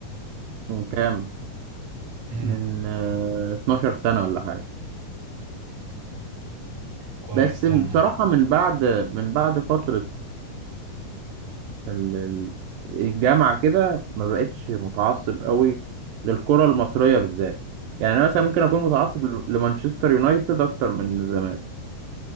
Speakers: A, on the right; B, on the right.
A: من كام
B: امم
A: من آه، 12 سنة ولا حاجة
B: كويس
A: بس
B: لا
A: بصراحة
B: انا
A: من بعد من بعد فترة ال- ال- الجامعة كده ما بقتش متعصب قوي للكرة المصرية بالذات يعني أنا مثلا ممكن أكون متعصب ل- لمانشستر يونايتد أكتر من الزمالك